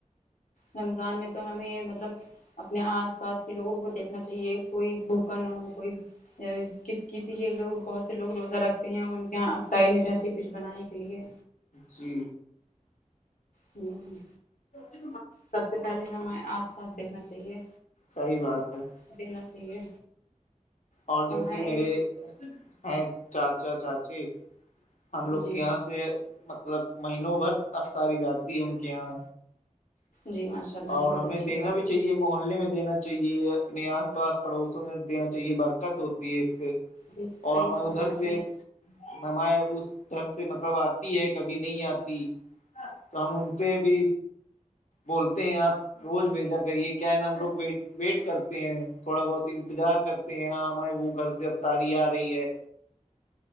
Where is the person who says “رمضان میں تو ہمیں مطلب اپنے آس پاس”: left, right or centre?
Left